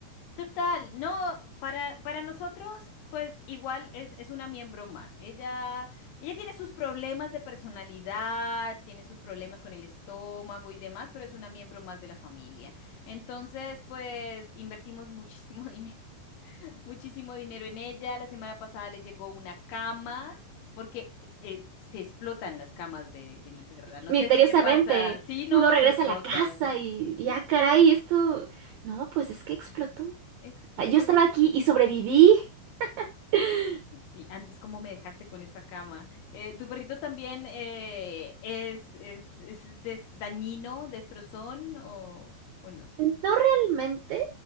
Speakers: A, on the left; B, on the right.
A: Total, no, para, para nosotros, pues igual es, es una miembro más. Ella, ella tiene sus problemas de personalidad, tiene sus problemas con el estómago y demás, pero es una miembro más de la familia. Entonces, pues invertimos muchísimo <laughs> dinero <laughs> muchísimo dinero en ella. La semana pasada le llegó una cama, porque eh, eh, se explotan las camas de, de mi perra. No
B: Misteriosamente,
A: sé si te pasa. Sí, no,
B: uno regresa
A: se explotan.
B: a la casa y,
A: <laughs>
B: y ah, caray, esto, no, pues es que explotó.
A: Explota
B: Ah, Yo estaba
A: simplemente.
B: aquí y sobreviví. <laughs>
A: Sí, antes cómo me dejaste con esa cama. Eh, ¿tu perrito también eh, es, es, es des- dañino, destrozón o, o no?
B: No realmente,